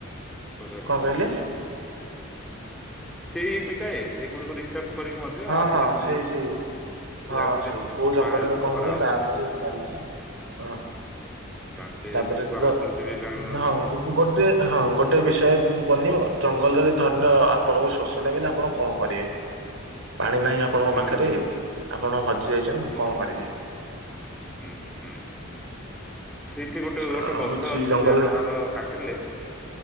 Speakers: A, in the centre; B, on the right (about 70°).
A: ପୋଷାକ
B: କଣ କହିଲେ?
A: ସେଇ ଇବି ଥାଏ ସେଇ ଗୁଡିକୁ ରିସର୍ଚ୍ଚ କରିକି ମଧ୍ୟ
B: ହଁ
A: ଆଜିକାଲି
B: ହଁ ସେଇ ସେଇ। ହଁ
A: ଆଜିକା
B: ସେଇ କୋଉ ଜଙ୍ଗଲରେ
A: ବାହାରି ମଧ୍ୟ
B: କଣ
A: କରାହଉଛି
B: ହୁଏ ତାଉପରେ ଚାଲିଚି ହଁ
A: ସେ
B: ତାପରେ
A: ଗୁଡିକୁ ଆମ
B: ଦ
A: କୃଷି ବିଜ୍ଞାନ
B: ହଁ ଗୁ ଗୋଟେ ହଁ ଗୋଟେ ବିଷୟ ବନିବ ଜଙ୍ଗଲରେ ଧରିନିଅ ଆପଣଙ୍କୁ ଶୋଷ ଲାଗିଲେ ଆପଣ କଣ କରିବେ? ପାଣି ନାହିଁ ଆପଣଙ୍କ
A: ହୁଁ
B: ପାଖରେ
A: ହୁଁ
B: ଆପଣ ହଜି ଯାଇଛନ୍ତି
A: ହୁଁ
B: କଣ କରିବେ?
A: ହୁଁ ହୁଁ। ସେଇଠି ଗୋଟେ
B: ଅ
A: ଗୋଟେ ଗଛ
B: ହଉଛି
A: ଅଛି
B: ଜଙ୍ଗଲ
A: ସେଇଆ ବାହାର କାଟିଲେ